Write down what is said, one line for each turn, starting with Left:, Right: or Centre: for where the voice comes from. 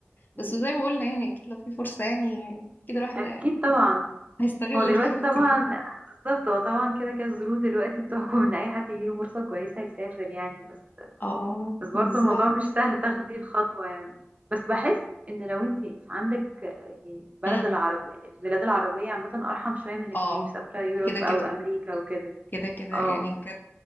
Right: مم.
Left: بس زي ما قلنا يعني اكيد لو في فرصه يعني اكيد الواحد
Right: اكيد طبعا
Left: هيستغل
Right: هو دلوقتي
Left: الفرصه
Right: طبعا
Left: دي
Right: بالظبط هو طبعا كده كده الظروف دلوقتي بتحكم ان اي حد يجيله فرصة كويسة يسافر يعني بس
Left: اه
Right: بس برضه
Left: بالظبط
Right: الموضوع مش سهل تاخدي الخطوة يعني بس بحس ان لو انت عندك يعني البلد
Left: أمم.
Right: العربي البلاد العربية عامة ارحم شوية من انك
Left: اه
Right: تبقي مسافرة يوروب
Left: كده كده
Right: او امريكا وكده
Left: كده كده
Right: اه
Left: يعني بجد